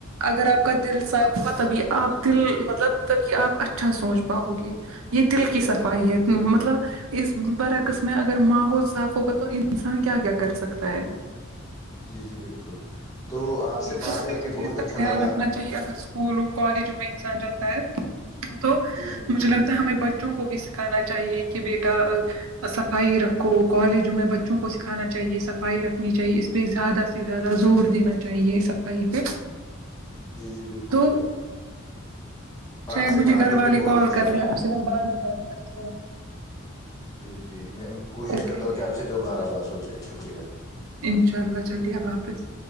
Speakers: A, on the right; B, on the left.
A: اگر آپ کا دل صاف ہوگا تبھی آپ دل مطلب تب یہ آپ اچھا سوچ پاؤ گے یہ دل کی صفائی ہے مطلب
B: جی جی بالکل
A: اس برعکس میں اگر ماحول صاف ہوگا تو انسان کیا کیا کر سکتا ہے
B: جی جی بالکل تو آپ
A: جٹ
B: سے
A: تو
B: بات
A: ہمیں
B: کر
A: اس
B: کے
A: چیز
B: بہت
A: کا
B: اچھا
A: خیال
B: لگا
A: رکھنا چاہیے اگر اسکولوں کالج میں انسان جاتا ہے تو
B: جی جی بالکل
A: مجھے لگتا ہمیں بچوں کو بھی سکھانا چاہیے کہ بیٹا صفائی رکھو کالجوں میں بچوں کو سکھانا چاہیے صفائی رکھنی چاہیے اس زیادہ سے زیادہ زور دینا چاہیے صفائی پہ
B: جی جی بالکل
A: تو
B: آپ
A: شاید
B: سے
A: مجھے
B: بات
A: گھر
B: کر
A: والے
B: کے بہت
A: کال
B: اچھا
A: کر
B: لگا
A: رہے ہیں آپ سے میں بعد میں بات کرتی ہوں
B: جی جی میں کوشش
A: اوکے
B: کرتا
A: اوکے
B: ہوں کہ آپ سے دوبارہ بات ہو جائے شکریہ
A: انشاء اللہ جلدی اللہ حافظ